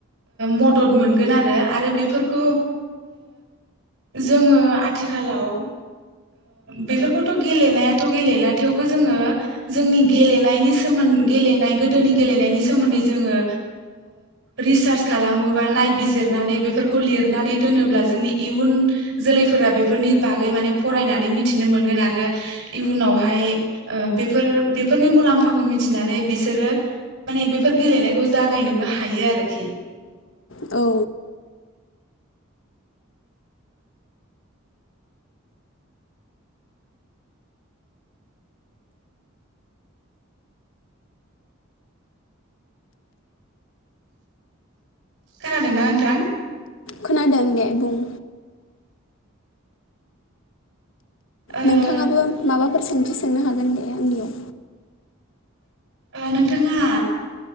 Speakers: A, on the right (about 75°); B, on the left (about 65°).
A: मदद मोनगोन आरो आरो बेफोरखौ जोङो आथिखालाव बेफोरखौथ गेलेनायाथ गेलेला थेवबो जोङो जोंनि गेलेनायनि सोमोन्दै गेलेनाय गोदोनि गेलेनायनि सोमोन्दै जोङो रिसार्च खालामोबा नायबिजिरनानै बेफोरखौ लिरनानै दोनोब्ला जोंनि इयुन जोलैफोरा बेफोरनि बागै माने फरायनानै मिथिनो मोनगोन आरो इयुनावहाय बेफोर बेफोरनि मुलाम्फाखौ मिथिनो थिनानै बिसोरो माने बेफोर गेलेनायखौ जागायनोबो हायो आरोखि।
B: औ
A: खोनादोंना नोंथां?
B: खोनादों दे बुं।
A: ओ
B: नोंथाङाबो माबा फोर सोंथि सोंनो हागोन दे आंनियाव।
A: ओ नोंथाङा